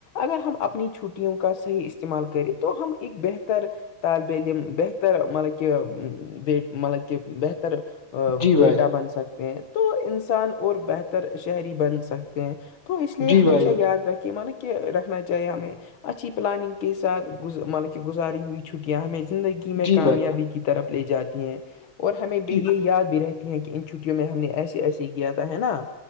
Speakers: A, on the left; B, on the left.
A: اگر ہم اپنی چھٹیوں کا صحیح استعمال کریں تو ہم ایک بہتر طالبہ علم بہتر مطلب کہہ بی مطلب کہ بہتر
B: جی
A: بیٹا
B: بھائی جان
A: بن سکتے ہیں تو انسان اور بہتر شہری بن سکتے ہیں تو اس لیے
B: جی
A: ہمیشہ
B: بھائی جان
A: یاد رکھیے مانب کہ رکھنا چاہیے ہمیں اچھی پلاننگ کے ساتھ مطلب کہ گزاری ہوئی چھٹیاں ہمیں زندگی میں
B: جی
A: کامیابی
B: بھائی جان
A: کی طرف لے جاتی ہیں اور ہمیں بھی
B: جی
A: یہ یاد بھی رہتی ہیں کہ ان چھٹیوں میں ہم نے ایسے ایسے ہی کیا تھا ہے نا